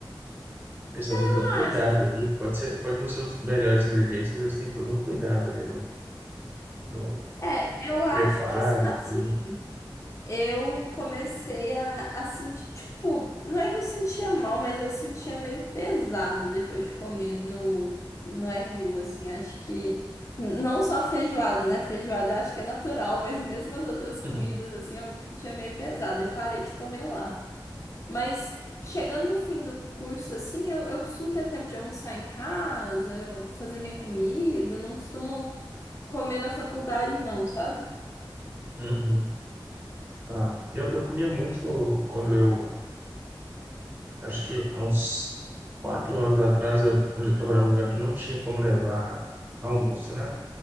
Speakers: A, on the right; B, on the left.
A: pessoal tem
B: Eu
A: todo o cuidado
B: acho, tipo,
A: ali. Pode ser, pode não ser os melhores ingredientes, mas eles têm todo um cuidado ali no, no
B: é, eu acho
A: preparo,
B: que assim.
A: tudo.
B: eu comecei a, a sentir, tipo, não é que eu sentia mal, mas eu sentia meio pesado depois de comer no, no RU, assim, acho que n- não só a feijoada, né? Feijoada eu acho que é natural, mas mesmo as outras comidas,
A: <laughs>
B: assim, eu me sentia meio pesado, eu parei de comer lá. Mas chegando no fim do curso, assim, eu, eu costumo ter tempo de almoçar em casa, eu fazer minha comida, eu não costumo comer na faculdade, não, sabe?
A: Uhum. Ah, eu, eu comia muito quando eu Acho que há uns quatro anos atrás, eu, onde eu trabalhava num lugar que não tinha como levar almoço, né?